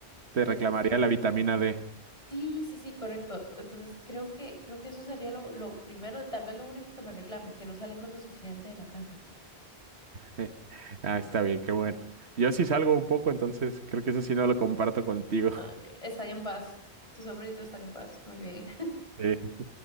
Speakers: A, on the right (about 75°); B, on the left (about 30°).
A: Te
B: Entonces,
A: reclamaría
B: sí,
A: la vitamina D.
B: sí, sí, sí, correcto. Entonces, creo que creo que eso sería lo, lo primero, tal vez lo único que me reclame, que no salimos lo suficiente de la casa.
A: <laughs> Ah, está bien, qué bueno. Yo sí salgo un poco, entonces creo que eso sí no lo comparto contigo.
B: Ah, ok, Están en paz. Tu sombra y tú están en paz. Muy bien.
A: <laughs>